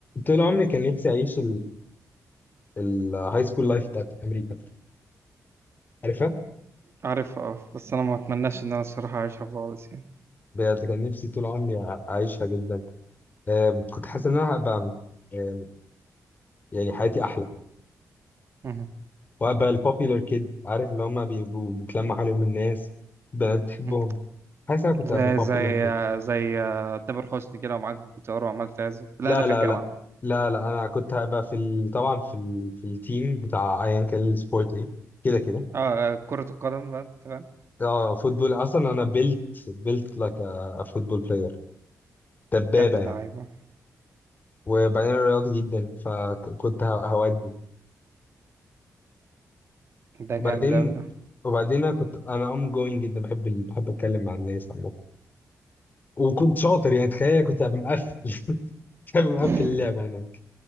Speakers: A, on the left; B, on the right.
A: طول عمري كان نفسي اعيش الهاي سكول لايف بتاعت امريكا عارفها
B: عارفها اه بس انا ما اتمناش ان انا الصراحه اعيشها خالص يعني
A: بجد كان نفسي طول عمري أع- اعيشها جدا أم، كنت حاسس ان انا هبقى أم، يعني حياتي احلى
B: مهم.
A: وهبقى البوبيلر كيد عارف اللي هم بيبقوا بيتلمع عليهم الناس بنات بتحبهم
B: مهم.
A: حاسس إن انا كنت
B: زي
A: هبقى بوبيلر
B: زي
A: كيد
B: زي آه، تامر حسني كده ومعاك جيتار وعمال تعزف لا
A: لا
B: ده في
A: لا
B: الجامعه
A: لا
B: بقى.
A: لا لا انا كنت هبقى في ال... طبعا في ال... في التيم بتاع ايا كان السبورت ايه كده كده
B: اه آه، كره القدم بقى انت فاهم
A: اه فوتبول اصلا انا بيلت بيلت لايك ا فوتبول بلاير دبابه
B: يا ابن اللعيبه
A: يعني. وبعدين أنا رياضي جدا فكنت ه- هودي
B: ده
A: وبعدين
B: جامد قوي ده
A: وبعدين انا كنت انا ام جوينج جدا بحب ال... بحب اتكلم مع الناس عامه وكنت شاطر يعني تخيل كنت هبقى مقفل <laughs> كنت هبقى
B: <laughs>
A: مقفل اللعبه هناك